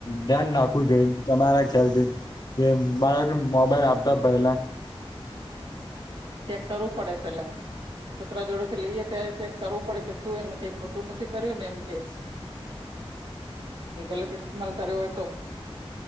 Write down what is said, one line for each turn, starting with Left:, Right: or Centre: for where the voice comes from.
Left: ધ્યાન નાખવું જોઈએ, તમારા ખ્યાલથી. એ બાળકને મોબાઈલ આપતા પેલા.
Right: ચેક કરવું પડે પહેલા. છોકરા જોડે લઈએ ત્યારે ચેક કરવું પડે કે શું એમને કઈ ખોટું નથી કર્યું ને એમ કે?
Left: <unintelligible>
Right: એ ગલત ઇસ્તેમાલ કર્યો હોય તો.